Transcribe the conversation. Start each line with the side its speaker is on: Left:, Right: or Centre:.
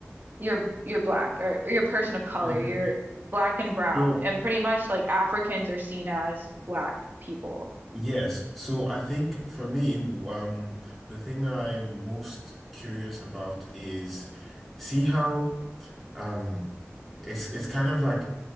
Right: you're you're black or, or you're a person of color,
Centre: <laughs>
Right: you're black and brown,
Centre: So
Right: and pretty much like Africans are seen as black people.
Centre: yes, so I think for me, um, the thing I'm most curious about is see how um it's it's kind of like